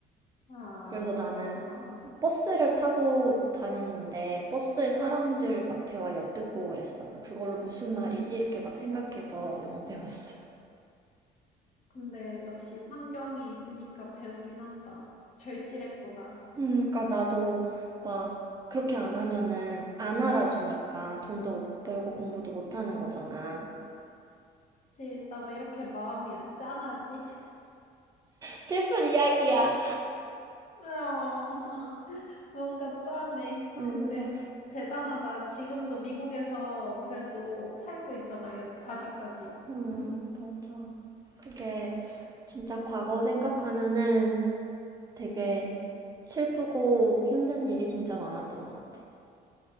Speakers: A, on the left; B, on the right.
A: 아,
B: 그래서 나는
A: 그렇구나.
B: 버스를 타고 다녔는데 버스에 사람들 막 대화 엿듣고 그랬어. 그걸로 무슨 말이지? 이렇게 막 생각해서 영어 배웠어.
A: 근데 역시 환경이 있으니까 배우긴 한다. 절실했구나.
B: 음, 그러니까 나도 막 그렇게 안 하면은 안 알아주니까 돈도 못 벌고 공부도 못 하는 거잖아.
A: 그치, 나 왜 이렇게 마음이 안- 짠하지?
B: 슬픈 이야기야.
A: <laughs> 어, <laughs> 뭔가 짠해.
B: 음,
A: 근데
B: 그래서
A: 대단하다. 지금도 미국에서 그래도 살고 있잖아, 여- 아직까지.
B: 음,
A: <laughs>
B: 맞아. 그게 진짜 과거 생각하면은 되게 슬프고 힘든 일이 진짜 많았던 것 같아.